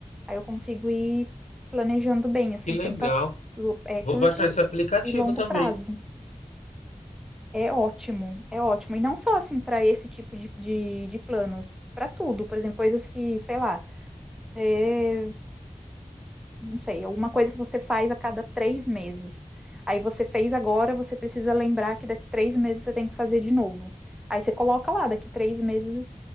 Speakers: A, in the centre; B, on the left (about 80°).
A: Aí eu consigo ir planejando bem, assim,
B: Que legal.
A: tanto a, lo- é,
B: Vou
A: curto
B: baixar esse aplicativo
A: e longo
B: também.
A: prazo. É ótimo, é ótimo. E não só, assim, para esse tipo de, de, de planos, para tudo. Por exemplo, coisas que, sei lá, é, não sei, alguma coisa que você faz a cada três meses. Aí você fez agora, você precisa lembrar que daqui três meses você tem que fazer de novo. Aí você coloca lá, daqui três meses.